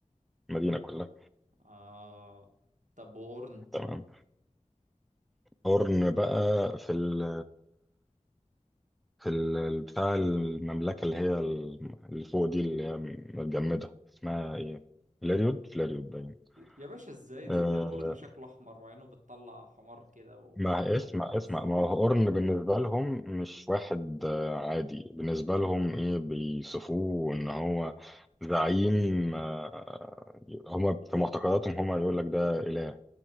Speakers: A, in the centre; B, on the right (about 70°).
A: المدينة كلها
B: آه طب وقرن
A: تمام هورن بقى في ال في ال بتاع المملكة اللي هي ال- اللي فوق دي اللي هي متجمدة اسمها ايه فلاريود فلاريود باين
B: يا باشا ازاي
A: آه،
B: اذا كان قرن شكله احمر وعينه بتطلع حمار كده
A: ما اسمع
B: وتحس
A: اسمع
B: ان
A: ما
B: هو
A: هو قرن بالنسبة لهم مش واحد آه، عادي بالنسبة لهم ايه بيصفوه ان هو زعيم آه، هما في معتقداتهم هما يقول لك ده إله